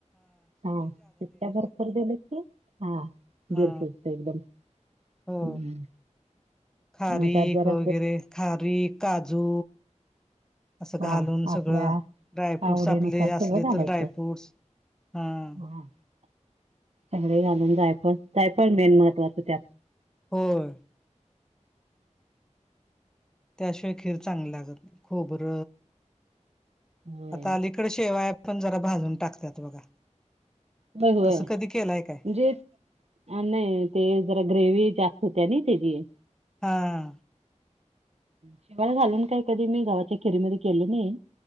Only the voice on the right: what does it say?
हा शिट्ट्या भरपूर दिले की. हा
गिर शिजतंय एकदम.
हम्म
म त्यात जरा.
हा
आपल्या
आवडीनुसार
सगळं
घालायचं
हा सगळे घालून जायफळ जायफळ मेन महत्वाचं त्यात.
होय
होय होय
म्हणजे.
हा नाही ते जरा ग्रेवी जास्त होत नई त्याची.
शिवाळा घालून काय कधी मी गावाच्या खेरीमध्ये केल नाही.